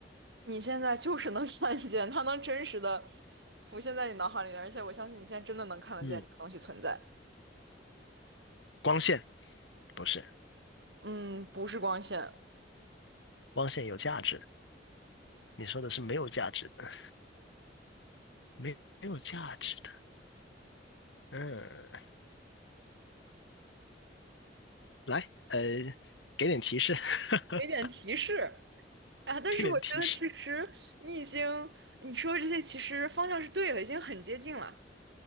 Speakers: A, on the right; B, on the left.
A: 你现在就是能 <laughs> 看见，它能真实的浮现在你脑海里面，而且我相信你现在真的能看得见这个东西存在。
B: 嗯，光线不是，
A: 嗯，不是光线，
B: 光线有价值。你说的是没有价值的，没没有价值的。嗯，来，呃，给点提示，<laughs>
A: 给点提示啊！但是我觉得其实你已经你说的这些其实方向是对的，
B: 给点提示。
A: 已经很接近了。